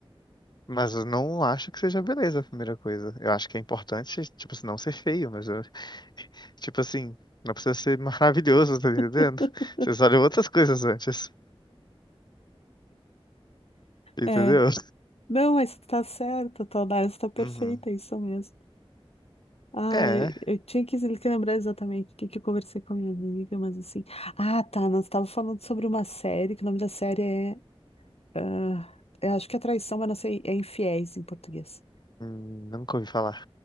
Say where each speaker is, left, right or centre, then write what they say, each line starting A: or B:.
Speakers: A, on the left; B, on the left.
A: mas eu não acho que seja beleza a primeira coisa. Eu acho que é importante, tipo, assim, não ser feio, mas eu Tipo assim, não precisa ser maravilhoso, tá entendendo?
B: <laughs>
A: Vocês olham outras coisas antes, entendeu?
B: É. Não, mas tá certo, tua análise tá perfeita,
A: Uhum.
B: é isso mesmo. Ah,
A: É,
B: eu, eu tinha que lembrar exatamente o que, que eu conversei com a minha amiga, mas assim. Ah, tá. Nós estávamos falando sobre uma série, que o nome da série é. ah, eu acho que é Traição, mas não sei. É Infiéis em português.
A: hum, nunca ouvi falar.